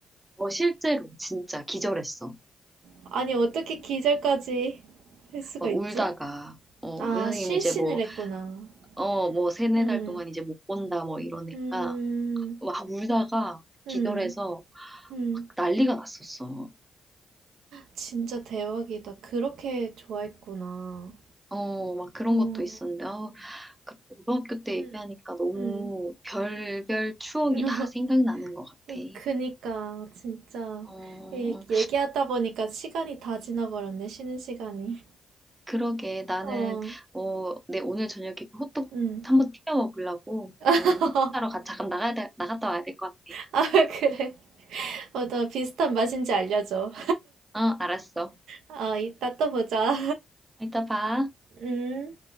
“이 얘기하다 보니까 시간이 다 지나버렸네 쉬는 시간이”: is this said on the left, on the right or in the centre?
Right